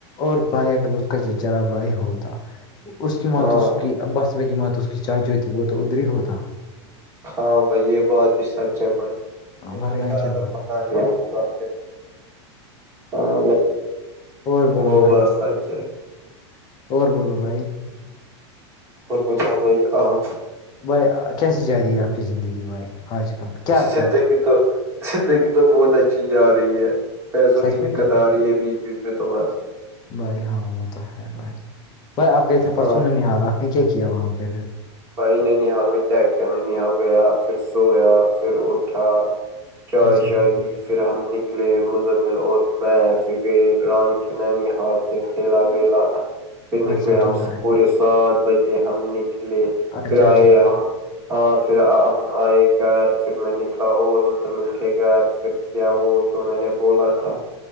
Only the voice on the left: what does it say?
اور بھائی اگر اس کا جرا بھائی ہوتا اس کی موت
اس کی بس کہ مات تو اس کی چائے جو ہو تھی وہ تو ادری ہی ہوتا
ورنہ
کیا
بھائی
اور بولو
بھائی
اور بولو بھائی
بھائی کیسی جا رہی ہے آپ کی زندگی بھائی آج کل کیا کرتے
ہو
سچ
میں
کیا
بھائی ہاں وہ تو ہے بھائی بھائی آپ کہتے پرسوں
حالات اس نے کیا کیا وہاں پہ پھر
اچھا
ٹھیک بھائی،
اچھا
ٹھیک بھائی
اچھا
ٹھیک